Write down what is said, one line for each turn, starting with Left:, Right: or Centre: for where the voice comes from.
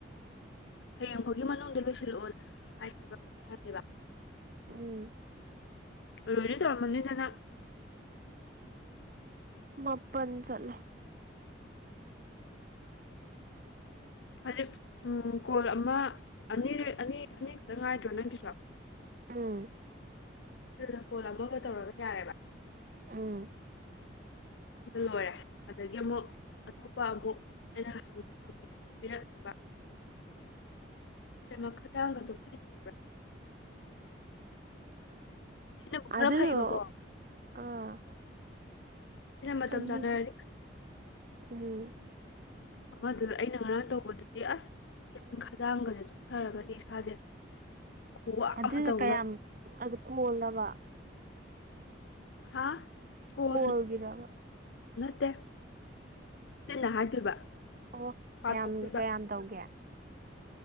Left: ꯍꯌꯦꯡꯐꯥꯎꯒꯤ ꯃꯅꯨꯡꯗ ꯂꯣꯏꯁꯤꯜꯂꯛꯑꯣꯅ ꯍꯥꯏ ꯍꯥꯏꯕ꯭ꯔꯥ ꯀꯩꯅꯣꯝ ꯍꯥꯏꯕꯅꯦꯕ
Right: ꯎꯝ
Left: ꯂꯣꯏꯅ ꯇꯧꯔꯝꯃꯅꯤꯗ ꯅꯪ
Right: ꯃꯥꯄꯟ ꯆꯠꯂꯦ
Left: ꯍꯧꯖꯤꯛ ꯎꯝ ꯀꯣꯜ ꯑꯃ ꯑꯅꯤ ꯑꯅꯤ ꯑꯅꯤ ꯈꯛꯇꯪ ꯉꯥꯏꯗ꯭ꯔꯣ ꯅꯪꯒꯤꯁꯨ
Right: ꯎꯝ
Left: ꯑꯗꯨꯗꯨꯅ ꯀꯣꯜ ꯑꯃꯒ ꯇꯧꯔꯒ ꯌꯥꯔꯦꯕ
Right: ꯎꯝ
Left: ꯂꯣꯏꯔꯦ ꯑꯗꯒꯤ ꯑꯃꯨꯛ ꯑꯇꯣꯞꯄ ꯑꯃꯨꯛ ꯑꯩꯅ ꯍꯪꯕꯤꯔꯒꯦ ꯄꯤꯔꯛꯅꯕ ꯏꯕꯦꯝꯃ ꯈꯗꯥꯡꯒ ꯆꯣꯛꯊꯩ ꯈꯪꯕ꯭ꯔꯥ ꯁꯤꯅꯕꯨ ꯈꯔ
Right: ꯑꯗꯨꯗꯣ
Left: ꯐꯩꯌꯦꯕꯀꯣ
Right: ꯑꯥ
Left: ꯑꯩꯅ ꯃꯇꯝ
Right: ꯍꯥꯏꯗꯤꯗꯤ
Left: ꯆꯥꯅꯔꯅꯤ
Right: ꯎꯝ
Left: ꯑꯃꯗꯨ ꯑꯩꯅ ꯉꯔꯥꯡ ꯇꯧꯕꯗꯨꯗꯤ ꯑꯁ ꯆꯤꯟ ꯈꯗꯥꯡꯒꯁꯦ ꯆꯣꯛꯊꯔꯒꯅꯤ ꯏꯁꯥꯁꯦ ꯈꯨꯋꯥ
Right: ꯑꯗꯨꯏꯅ
Left: ꯑꯃ ꯇꯧꯕꯗ
Right: ꯀꯌꯥꯝ ꯑꯗꯨ ꯀꯣꯜꯂꯕ
Left: ꯍꯥꯥ ꯀꯣꯜ
Right: ꯀꯣꯜꯒꯤꯔꯕ
Left: ꯅꯠꯇꯦ ꯆꯤꯟꯅ ꯍꯥꯏꯗꯣꯏꯕ
Right: ꯑꯣ
Left: ꯄꯥꯊꯣꯛꯇꯣꯏꯕ
Right: ꯀꯌꯥꯝ ꯀꯌꯥꯝ ꯇꯧꯒꯦ